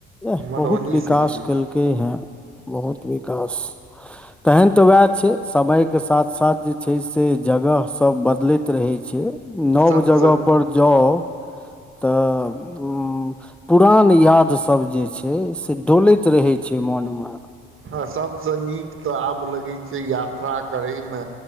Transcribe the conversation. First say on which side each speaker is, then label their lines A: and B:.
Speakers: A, in the centre; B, on the right.
A: एह
B: मधुबनी
A: बहुत विकास
B: सिटीमे
A: केलकै हैं, बहुत विकास तहन तऽ उएह छै, समयके साथ जे छै से जगह सभ बदलैत रहैत छै नव
B: सभसँ
A: जगह पर। जाऊ त ऊं पुरान याद सभ जे छै से डोलैत रहै छै मोन मे
B: आ सभसँ नीक तऽ आब लगैत छै यात्रा करय मे